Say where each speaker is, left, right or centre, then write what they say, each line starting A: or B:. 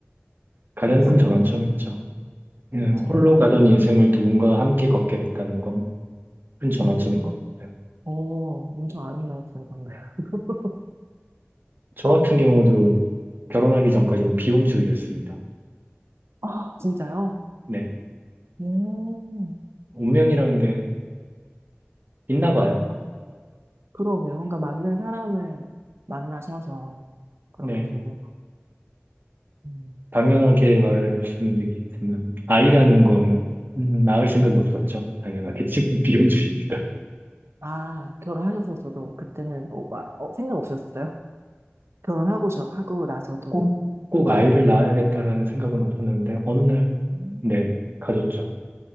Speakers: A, on the right; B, on the right.
A: 가장
B: 데스크럽?
A: 큰 전환점이죠. 음,
B: 그쵸.
A: 홀로 가던 인생을 누군가와 함께 걷게 됐다는 건 큰 전환점인
B: 음,
A: 것 같아요.
B: 오, 엄청 아름다웠어요, 방금. <laughs>
A: 저 같은 경우도 결혼하기 전까지는 비혼주의였습니다.
B: 아, 진짜요?
A: 네.
B: 음,
A: 운명이라는 게 있나 봐요.
B: 그러게요. 그러니까 맞는 사람을 만나셔서 그렇게
A: 네.
B: 되는 거. 음.
A: 당연하게 말씀드리겠지만, 아이라는 건 음, 낳을 생각이 없었죠. 당연하게 지금 <laughs> 비혼주의니까.
B: 아, 결혼하셨었어도 그때는 어, 와, 어, 생각 없으셨어요? <laughs> 결혼하고 저, 하고 나서도.
A: 꼭, 꼭 아이를 낳아야겠다라는 생각은 없었는데, 어느 날,
B: 음,
A: 네, 가졌죠.